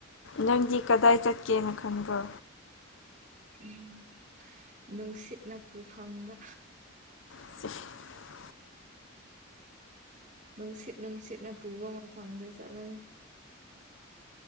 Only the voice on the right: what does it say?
ꯎꯝ ꯅꯨꯡꯁꯤꯠꯅ ꯄꯨꯐꯝꯗ
ꯅꯨꯡꯁꯤꯠ ꯅꯨꯡꯁꯤꯠꯅ ꯄꯨꯕ ꯃꯐꯝꯗ ꯆꯠꯂꯒꯦ